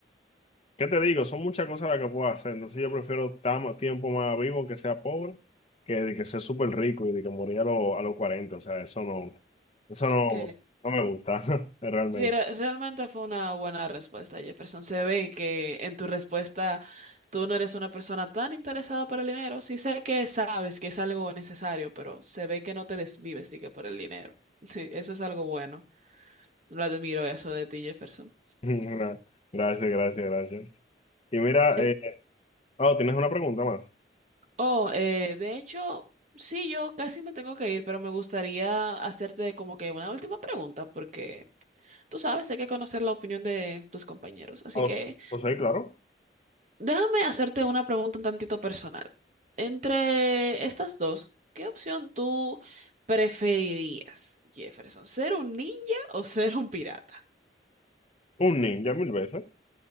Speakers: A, on the left (about 35°); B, on the right (about 40°).
A: ¿Qué te digo? Son muchas cosas las que puedo hacer. Entonces yo prefiero estar más tiempo más vivo que sea pobre que de que sea súper rico y de que morir a, lo- a los cuarenta O sea, eso no, eso
B: Ok.
A: no, no me gusta, <laughs> realmente.
B: Sí, re- realmente fue una buena respuesta, Jefferson. Se ve que en tu respuesta tú no eres una persona tan interesada por el dinero. Sí sé que sabes que es algo necesario, pero se ve que no te desvives, que por el dinero. <laughs> Sí, eso es algo bueno. Lo admiro eso de ti, Jefferson.
A: <laughs> Gra- Gracias, gracias, gracias. Y mira,
B: Eh,
A: eh, oh, ¿tienes una pregunta más?
B: Oh, eh, de hecho, sí, yo casi me tengo que ir, pero me gustaría hacerte como que una última pregunta, porque tú sabes, hay que conocer la opinión de tus compañeros. Así que...
A: Os, os soy claro.
B: Déjame hacerte una pregunta un tantito personal. Entre estas dos, ¿qué opción tú preferirías, Jefferson? ¿Ser un ninja o ser un pirata?
A: Un ninja mil veces.